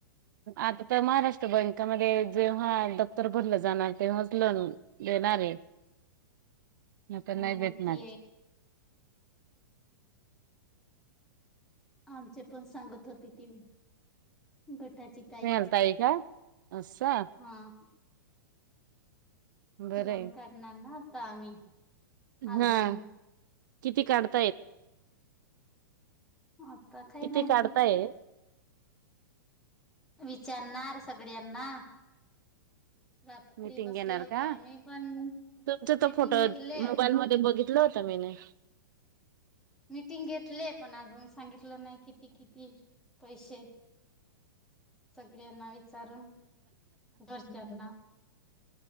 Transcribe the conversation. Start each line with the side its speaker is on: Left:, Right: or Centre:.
Right: आता तर महाराष्ट्र बँकामध्ये जेव्हा दप्तर भरलं जाणार, तेव्हाच लोन देणार हाय. नाय तर,
Centre: हा
Right: नाय भेटणार.
Centre: ते आमचेपण सांगत होते की, गट त्याची ताई,
Right: मिळालताय का? असं
Centre: हा.
Right: बरंय
Centre: ह लोन काढणार ना आ ता आम्ही. अजून
Right: हा किती काढत
Centre: आता काही
Right: किती
Centre: माहिती
Right: काढताय?
Centre: विचारणार सगळ्यांना रात्री
Right: मीटिंग
Centre: बसले
Right: घेणार
Centre: होते
Right: का
Centre: आम्ही पण
Right: तुमच
Centre: मिटिंग
Right: तो फोटो
Centre: घेतले
Right: मोबाईल मध्ये बघितलं होत मी नाही
Centre: मीटिंग घेतले पण अजून सांगितलं नाही किती किती पैसे सगळ्यांना सारण बस दर ना